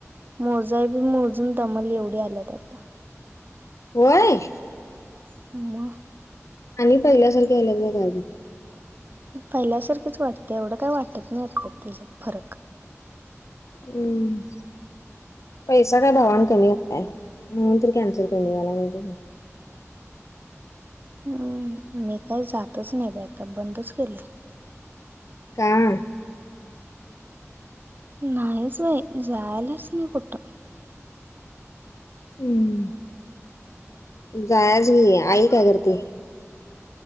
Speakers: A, on the right; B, on the left.
A: मोजा आहे बी मोजून दमल एवढी आल्यात आता.
B: वय
A: <unintelligible>
B: आणि पहिल्यासारखी आयल्याग का
A: पहिल्यासारखेच वाटते एवढं काही वाटत नाही असतात त्याच्यात फरक
B: हम्म पैसा काय भावान कमी झालाय म्हून तर कॅन्सर कमी झाला माहि
A: हम्म मी काही जातच नाही ब आता बंदच केलं.
B: का?
A: नाहीईच बाई जायलास नाही कुठ
B: हम्म जायच घे आई काय करते?